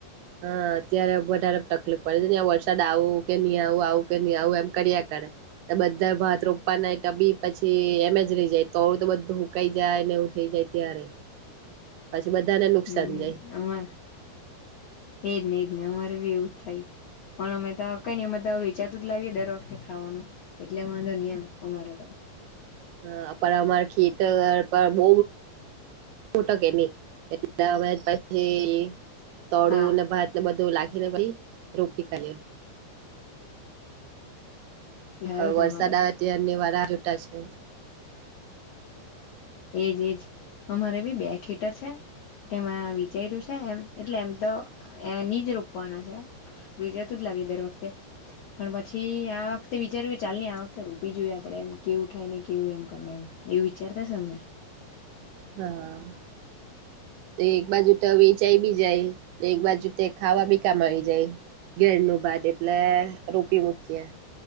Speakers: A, on the right (about 75°); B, on the left (about 60°).
A: હા અત્યારે વધારે તકલીફ પડે છે, વરસાદ આવું કે નહી આવું આવું કે નઈ આવું એમ કર બધા ભાત રોપવાના ટબી પછી એમે જ રહી જાય તોડું તો બધું હુકાઈ જાય એવું થઇ જાય ત્યારે. પછી બધાને નુકસાન
B: હમ
A: જાય
B: અમા એજ ને એજ ને અમારે બી એવું થાય પણ અમે તો કઈ નઈ અમે તો વિચાતું જ લાવીએ દર વખતે ખાવાનું એટલે વાંધો ન એમ અમારે તો.
A: હ પણ અમારા ખેત પર બહ ુંટકે નહી એટલે હવે પછી. તળું
B: હા
A: ને ભાત ને બધું લખીને પછી રોપી ખાઈએ.
B: સારું
A: હવે વરસાદ
B: તમારે
A: આવે તાર વાર છૂટા છે.
B: એજ એજ અમારે બી બે ખેટર છે. તેમાં વિજય્યું છે એમ એટલે એમ તો જ રોપવાના છે વિજેતું દર વખતે પણ પછી આ વખતે વિચાર્યું ચાલ આ વખતે રોપ જોએ આપડે એમ કેવું થાય. કેવું એમ કરી એમ એવું વિચારતાશે અમે.
A: <inaudible> તે એક બાજુ તો વેચાઈ બી જાય એક બાજુ તે ખાવા બી કામ આવી જાય. ઘેર ન ભાત એટલે રૂપી મૂકીએ